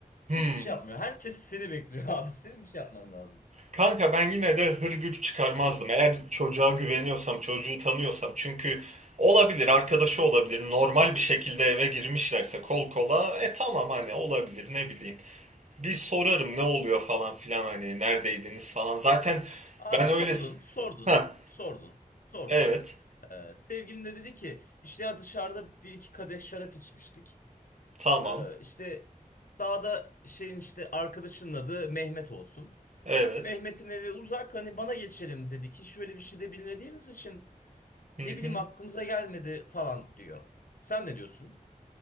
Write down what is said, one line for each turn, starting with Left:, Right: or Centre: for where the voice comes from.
Right: Hmm.
Left: Hiçbir şey yapmıyor. Herkes seni bekliyor <laughs> abi. Senin bir şey yapman lazım.
Right: Kanka ben yine de hırgür çıkarmazdım. Eğer çocuğa güveniyorsam, çocuğu tanıyorsam. Çünkü olabilir, arkadaşı olabilir. Normal bir şekilde eve girmişlerse kol kola. E tamam hani olabilir ne bileyim. bir sorarım ne oluyor falan filan hani neredeydiniz falan. Zaten
Left: Abi
Right: ben
Left: sordun,
Right: öyle...
Left: sordun,
Right: Ha
Left: sordun, sordun.
Right: evet
Left: Ee, sevgilin de dedi ki işte ya dışarıda bir iki kadeh şarap içmiştik.
Right: tamam
Left: Ee, işte daha da şeyin işte arkadaşının adı Mehmet olsun.
Right: evet.
Left: Mehmet'in evi uzak hani bana geçelim dedi ki şöyle bir şey de bilmediğimiz için
Right: Hı
Left: ne bileyim
Right: hı.
Left: aklımıza gelmedi falan diyor. Sen ne diyorsun?